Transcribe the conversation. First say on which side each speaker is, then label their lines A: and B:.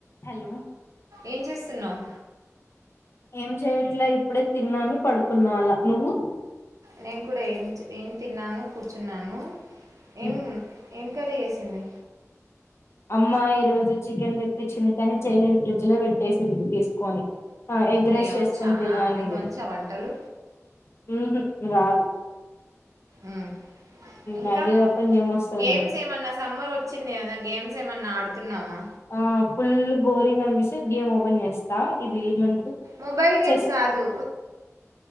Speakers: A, on the left (about 55°); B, on the right (about 85°).
A: Hello
B: ఏం చేస్తున్నావు
A: ఏం చేయట్లే ఇప్పుడే తిన్నాను పడుకున్నా అలా నువ్వు
B: నేను కూడా ఏం ఏం తిన్నాను కూర్చున్నాను
A: ఉ
B: ఏం ఏం కర్రీ చేసింది
A: అమ్మా ఈ రోజు చికెన్ తెప్పించింది కానీ చేయలేదు ఫ్రిడ్జ్ లో పెట్టేసింది తీసుకొని ఆ ఎగ్
B: నీ
A: రైస్ చేసుకుని
B: వచ్చా
A: తిను అనింది
B: నీకు వచ్చా వంటలు
A: ఉహు రాదు
B: ఉ ఇంకా
A: మ్యాగీ తప్ప ఇంకేం వస్తది
B: గేమ్స్
A: నాకు
B: ఏమన్నా సమ్మర్ వచ్చింది కదా గేమ్స్ ఏమన్నా ఆడుతున్నావా
A: ఆ ఫుల్ బోర్ బోరింగ్ అనిపిస్తే గేమ్ ఓపెన్ చేస్తా ఇది ఏమంట
B: మొబైల్ గేమ్స్
A: చెస్
B: కాదు